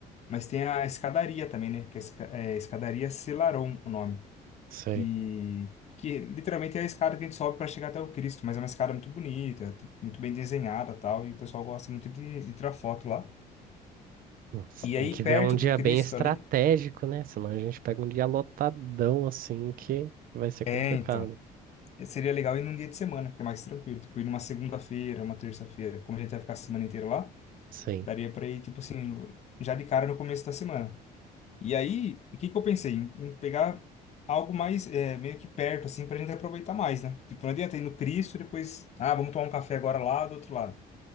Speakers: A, on the left; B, on the right.
A: Mas tem a escadaria também, né? Que é, a esca- é escadaria Celaron, o nome.
B: sei.
A: Que, que literalmente é a escada que a gente sobe para chegar até o Cristo. Mas é uma escada muito bonita, tipo, muito bem desenhada e tal. E o pessoal gosta muito de, de tirar foto lá.
B: Nossa,
A: E
B: tem
A: aí,
B: que
A: perto
B: ver um dia
A: do Cristo
B: bem estratégico,
A: ali.
B: né? Senão a gente pega um dia lotadão assim que que vai ser
A: É,
B: complicado.
A: então. Seria legal ir num dia de semana, que é mais tranquilo. Tipo, ir numa segunda-feira, uma terça-feira. Como a gente vai ficar a semana inteira lá,
B: Sim.
A: daria pra ir, tipo assim, já de cara no começo da semana. E aí, o que que eu pensei? Em, em pegar algo mais, é, meio que perto, assim, pra gente aproveitar mais, né? Tipo, não adianta ir no Cristo e depois, ah, vamos tomar um café agora lá do outro lado.